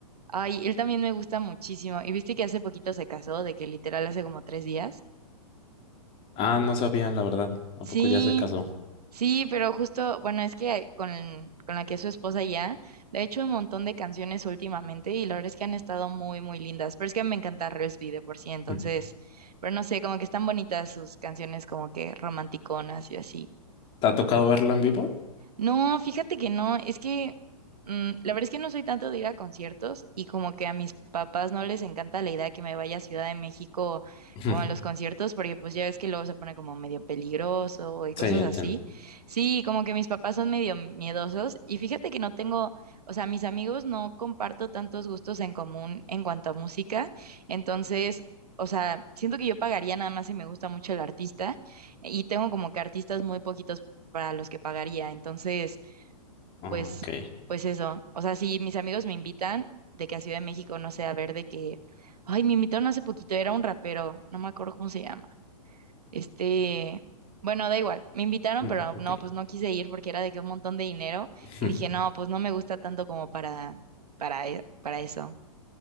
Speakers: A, on the right (about 80°); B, on the left (about 30°).
A: Ay, él también me gusta muchísimo. ¿Y viste que hace poquito se casó, de que literal hace como tres días?
B: Ah, no sabían, la verdad. ¿A
A: Sí,
B: poco ya se casó?
A: Sí, pero justo, bueno, es que con, con la que es su esposa ya, le ha hecho un montón de canciones últimamente y la verdad es que han estado muy, muy lindas. Pero es que me encanta Relsby de por sí, entonces,
B: Mm.
A: pero no sé, como que están bonitas sus canciones como que romanticonas y así.
B: ¿Te ha tocado verlo en vivo?
A: No, fíjate que no, es que mm, la verdad es que no soy tanto de ir a conciertos y como que a mis papás no les encanta la idea de que me vaya a Ciudad de México
B: Ujú.
A: como a los conciertos porque pues ya ves que luego se pone como medio peligroso y
B: Sí,
A: cosas
B: entiendo.
A: así. Sí, como que mis papás son medio miedosos y fíjate que no tengo, o sea, mis amigos no comparto tantos gustos en común en cuanto a música, entonces... O sea, siento que yo pagaría nada más si me gusta mucho el artista y tengo como que artistas muy poquitos para los que pagaría. Entonces,
B: Ok.
A: pues, pues eso. O sea, si mis amigos me invitan de que a Ciudad de México, no sé, a ver de que, ay, me invitaron hace poquito, era un rapero, no me acuerdo cómo se llama. Este, bueno, da igual, me invitaron,
B: Mm,
A: pero
B: Ok.
A: no, pues no quise ir porque era de que un montón de dinero
B: Ujú.
A: y dije, no, pues no me gusta tanto como para, para, e- para eso.